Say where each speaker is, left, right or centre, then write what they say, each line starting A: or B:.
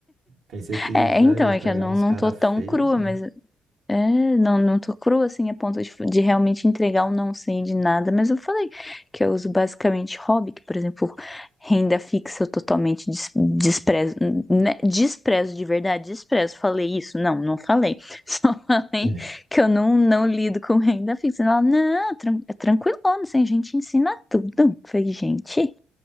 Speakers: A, on the right; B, on the left.
A: Pensei que
B: É,
A: já
B: é, então,
A: ia
B: é
A: pegar
B: que eu não,
A: uns
B: não
A: caras
B: tô tão
A: feitos,
B: crua, mas
A: né?
B: é, não, não tô crua assim a ponto de, de realmente entregar um não sei de nada, mas eu falei que eu uso basicamente hobby, que, por exemplo, renda fixa eu totalmente des- desprezo, né? desprezo de verdade, desprezo. Falei isso? Não, não falei. <laughs> Falei
A: É.
B: que eu não, não lido com renda fixa. Ela, não, é tranquilo, assim, a gente ensina tudo. Eu Falei, gente,